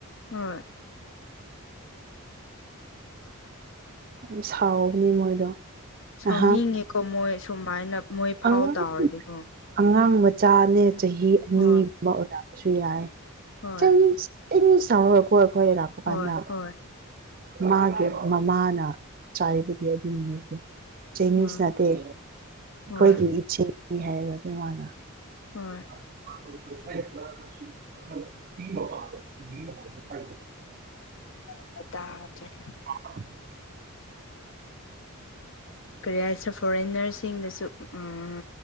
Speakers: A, on the left (about 60°); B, on the right (about 40°).
A: ꯑꯥ
B: ꯌꯥꯝ ꯁꯥꯎꯕꯅꯦ ꯃꯣꯏꯗꯣ
A: ꯁꯥꯎꯅꯤꯡꯉꯦꯀꯣ
B: ꯅꯍꯥꯟ
A: ꯃꯣꯏ ꯁꯨꯃꯥꯏꯅ ꯃꯣꯏ
B: ꯑꯉꯥꯡ
A: ꯐꯥꯎ ꯇꯥꯎꯔꯗꯤꯀꯣ
B: ꯑꯉꯥꯡ ꯃꯆꯥꯅꯦ ꯆꯍꯤ ꯑꯅꯤꯒꯨꯝꯕ
A: ꯍꯣꯏ
B: ꯑꯣꯏꯔꯝꯕꯁꯨ ꯌꯥꯏ
A: ꯍꯣꯏ
B: ꯆꯥꯏꯅꯤꯁ ꯆꯥꯏꯅꯤꯁ ꯇꯧꯔꯒꯀꯣ ꯑꯩꯈꯣꯏ ꯂꯥꯛꯄ
A: ꯍꯣꯏ
B: ꯀꯥꯟꯗ
A: ꯍꯣꯏ
B: ꯃꯥꯒꯤ ꯃꯃꯥꯅ ꯆꯥꯏꯕꯒꯤ ꯑꯗꯨꯒꯤꯅꯤꯇꯦ ꯆꯥꯢꯅꯤꯁ
A: ꯍꯣꯏ
B: ꯅꯠꯇꯦ ꯑꯩꯈꯣꯏꯒꯤ
A: ꯍꯣꯏ
B: ꯁꯤꯅꯤ ꯍꯥꯏꯔꯒꯀꯣ ꯃꯥꯅ
A: ꯍꯣꯏ
B: <unintelligible>
A: <unintelligible>
B: <unintelligible>
A: ꯀꯔꯤ ꯍꯥꯏꯁꯤꯔ ꯐꯣꯔꯦꯟꯅꯔꯁꯤꯡꯗꯁꯨ ꯎꯝ